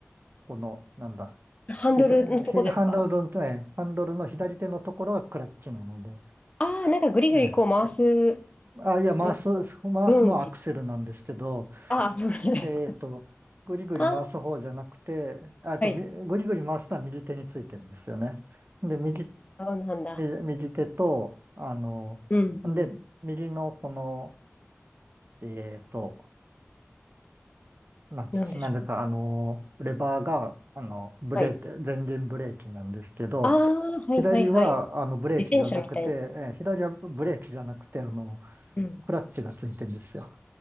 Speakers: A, on the right (about 45°); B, on the left (about 30°).
A: この、なんだ、
B: ん。ハンドルのとこですか
A: 左ひハンドルの、えハンドルの左手のところがクラッチなので、
B: ああー、なんかぐりぐりこう回す、
A: ね、あ、いや、回す、
B: なんか
A: 回すのはアクセルなんですけど、
B: ブーンって。ああ、そうなんです。
A: えーっと、ぐりぐり回す方じゃなくて、
B: ああ、
A: ああと、
B: はい。
A: みぐりぐり回すのは右手についてるんですよね。で、右、
B: ああ、なんだ。
A: 右右手と、あの、
B: うんうん。
A: で、右のこの、えーっと、な、
B: なんでしょう。
A: なんでか、あの、レバーが、あの、ブレーキ、
B: はい。
A: 前輪ブレーキなんですけど、
B: ああ、はいはいはい。
A: 左は、あの、ブレーキじゃなくて、
B: 自転車みたいな。
A: えー左はブレーキじゃなくて、あの、
B: うん。
A: クラッチがついてるんですよ。